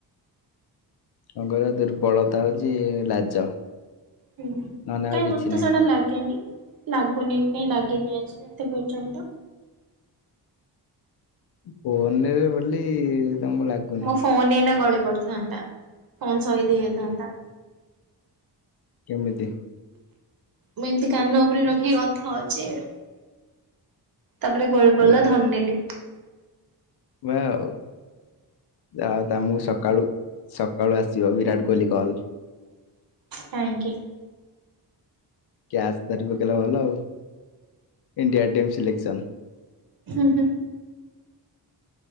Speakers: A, on the left; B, on the right.
A: କଣ କହିଲ ଦୁର୍ବଳତା ହୋଉଚି ଲାଜ।
B: ହୁଁ
A: ନହେଲେ ଆଉ
B: କାଁଇ
A: କିଛି
B: ମତେ
A: ନାହିଁ।
B: ତ ସେଇଟା ଲାଗେନି। ଲାଗୁନି କାଇଁ ଲାଗିନି ଆଜି ଏତେ ପର୍ଯ୍ୟନ୍ତ।
A: ଫୋନରେ ବୋଲି ତମକୁ ଲାଗୁନି।
B: ମୋ ଫୋନ ଏଇନା ଗଳି ପଡ ଥାନ୍ତା ଫୋନ୍ ସହିଦ ହେଇଯାଇଥାନ୍ତା।
A: କେମିତି?
B: ମୁଁ ଏମିତି କାନ ଉପରେ ରଖିକି କଥା ହଉଛି ତାପରେ ଗଳି ପଡିଲା
A: ଓ
B: ଧରି ନେଲି।
A: ହୁଏ ଆଉ ଯାହା ହଉ ତମକୁ ସକାଳୁ ସକାଳୁ ଆସିବ ବିରାଟ କୋଇଲି କଲ।
B: କାଇଁ କିି?
A: କ୍ୟାଚ ଧରି ପକେଇଲେ ଭଲ ଆଉ ଇଣ୍ଡିଆ ଟିମ୍ ସିଲେକ୍ସନ।
B: ହୁଁ ହୁଁଁ।